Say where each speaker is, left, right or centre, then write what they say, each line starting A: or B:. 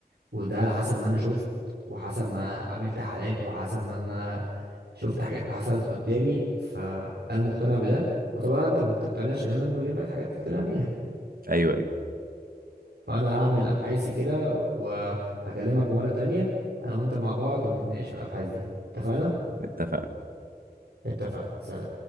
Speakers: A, on the right; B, on the right.
A: وده على حسب ما انا شفت وحسب ما قابلت حالات وحسب ما انا شفت حاجات حصلت قدامي فانا مقتنع بده وطبعا انت ما بتقتنعش غير لما بجيب لك حاجات تقتنع بيها يعني.
B: ايوه ايوه
A: فانا هعمل ابحاثي كده وهكلمك مرة تانية انا وانت مع بعض ونتناقش في الابحاث دي اتفقنا
B: اتفقنا
A: اتفقنا سلام